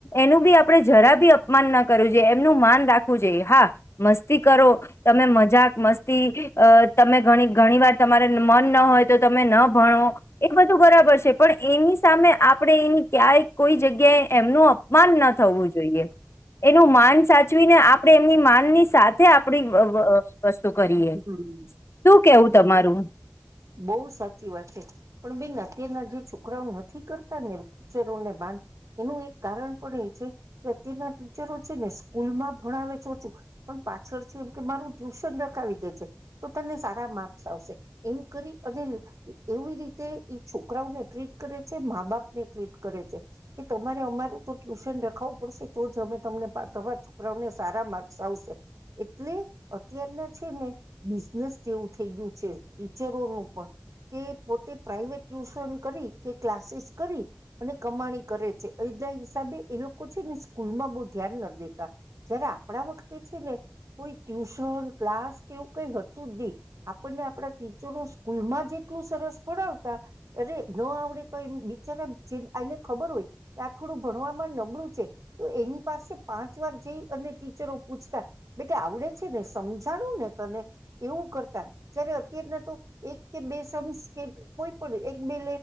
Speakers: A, on the left; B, on the right.
A: એનું બી આપણે જરા બી અપમાન ના કરવું જોઈએ એમનું માન રાખવું જોઈએ હા મસ્તી કરો તમે મજા મસ્તી અ તમે ધણી ઘણી વાર તમારે મન ન હોય તો તમે ન ભણો એ બધું બરાબર છે પણ એની સામે આપણે એની ક્યાંય કોઈ જગ્યાએ એમનું પમાન થવું જોઈએ. એનું માન સાચવી ને આપણે એમની માન ની સા થે આપણી <unintelligible> તો કરીએ
B: આપડે
A: શું કેવું તમારું <inaudible>
B: બોવ સાચી વાત છે પણ બેન અત્યારના જે છોકરાઓ નથી કરતા ને ટીચરોને બાંધ એનું એક કારણ પણ એ છે કે અત્યારના ટીચરો છે ને સ્કૂલમાં ભણાવે ચોચું પણ પાછળથી એમ કે મારું ટ્યુશન રખાવી દે છે તો તને સારા માર્ક્સ આવશે એમ કરી અને એવી રીતે એ છોકરાઓને ટ્રીટ કરે છે મા બાપ ને ટ્રીટ કરે છે કે તમારે અમારું તો ટ્યુશન રખાવું પડશે તો જ અમે તમને તમાવા છોકરાઓને સારા માર્ક્સ આવશે એટલે અત્યારના છે ને બિઝનેસ જેવું થઈ ગયું છે. ટીચરોનું પણ કે પોતે પ્રાઈવેટ ટ્યુશન કરી કે ક્લાસીસ કરી અને કમાણી કરે છે એદ હિસાબે એ લોકો છે ને સ્કૂલમાં બો ધ્યાન ના દેતા જય્યારે આપણા વખતે છે ને કોઈ ટ્યુશન ક્લાસ કેવું કઈ હતું જ ની આપણને આપણા ટીચરો સકૂલમાં જે એટલું સરસ પડાવતા અરે ન આવડે તો એમ બિચારા જે આને ખબર હોય કે આ થોડું ભણવામાં નબળું છે તો એની પાસે પાંચ વાર જઈ અને ટીચરો પૂછ્યા બેટા આવડે છે ને સમજાણું ને તને એવું કરતા જ્યારે અત્યારના એક કે બે સમ કે કોઈ પણ એક બે